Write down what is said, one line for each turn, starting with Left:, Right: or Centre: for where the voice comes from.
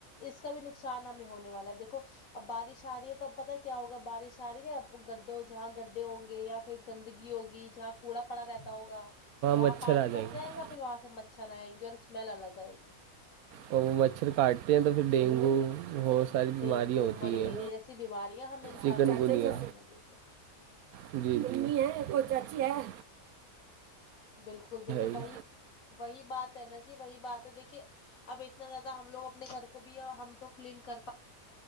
Left: اس کا بھی نقصان ہمیں ہونے والا ہے دیکھو اب بارش آ رہی ہے تو اب پتہ کیا ہوگا بارش آ رہی ہے گڈو جہاں گڈھے ہوں گے یا کوئی گندگی ہوگی گی جہاں کوڑا پڑا رہتا ہوگا وہاں
Right: مچھر
Left: پانی
Right: آ جائیں
Left: بھر
Right: گے
Left: جائے گا پھر وہاں سے مچھر آیں گے اور اسمیل الگ آئے گی
Right: اور وہ مچھر کاٹتے ہیں تو پھر ڈینگو ہو تا ساری بیماریاں
Left: ڈینگو
Right: ہوتی
Left: ملیریا
Right: ہیں
Left: جیسی بیماریاں ہم انسانوں
Right: چکن
Left: کو
Right: کورنیا
Left: ہی ہونے والی ہیں دیکھیے
Right: جی جی ممی ہے کوئی چاچی ہے
Left: بالکل دیکھیے
Right: ہی۔
Left: وہی وہی بات ہے نا جی وہی بات ہے دیکھیے اب اتنا زیادہ ہم لوگ اپنے گھر کو بھی ہم تو کلین کر پ